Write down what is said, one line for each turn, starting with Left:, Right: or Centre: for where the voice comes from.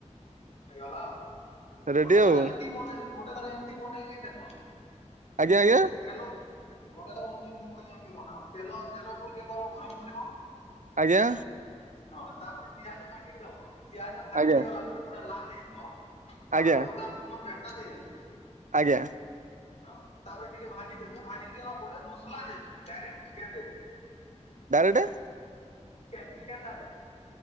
Left: ହେଇଗଲା ଆଉ,
Right: ରେଡି
Left: ଗୋଟେ
Right: ଆଉ।
Left: ଥର ଏମତି ବନେଇ ଗୋଟେ ଥର ଏମିତି ବନେଇକି ଦେଖ।
Right: ଆଜ୍ଞା ଆଜ୍ଞା।
Left: ତେଲ ଗୋଟେ ଥର ମୁଁ ଯେମିତି କହିିବି ସେମିତି ବନାଅ, ଆଉ ତେଲ ତେଲକୁ ଇଏ କରିବ ଗରମ କରିବ।
Right: ଆଜ୍ଞା।
Left: ହଁ ତାପରେ ପିଆଜ କାଟିକି ଦବ ପିଆଜ ଭାଜି
Right: ଆଜ୍ଞା
Left: ହେଇଗଲା ପରେ ପୁରା ଲାଲ ହେଇଯିବ। ତାପରେ
Right: ଆଜ୍ଞା
Left: ଅଦା ରସୁଣ ପେଟା ଦେଇଦେବେ।
Right: ଆଜ୍ଞା।
Left: ହଁ ତାପରେ ଟିକେ ଭାଜି ଦେବେ ଭାଜି ଦେଲା ପରେ ମସଲା ଦେବେନି ଡାଇରେକ୍ଟ ଚିକେନ ଦେଇଦେବେ।
Right: ଡାଇରେକ୍ଟେ?
Left: ଚିକେନ୍ ଟା ଦେବେ।